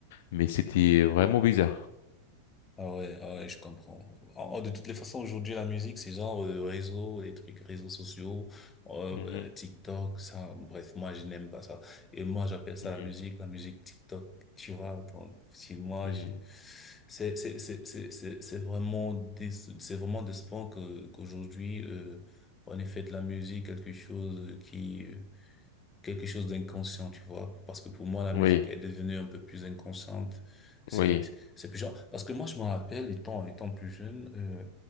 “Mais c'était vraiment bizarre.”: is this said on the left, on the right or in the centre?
Left